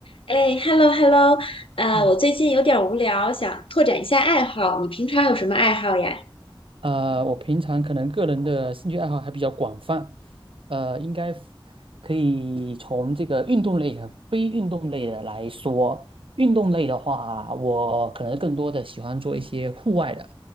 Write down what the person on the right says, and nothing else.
嗯
呃，我平常可能个人的兴趣爱好还比较广泛，呃，应该 f- 可以从这个运动类和非运动类的来说。运动类的话，我可能更多的喜欢做一些户外的，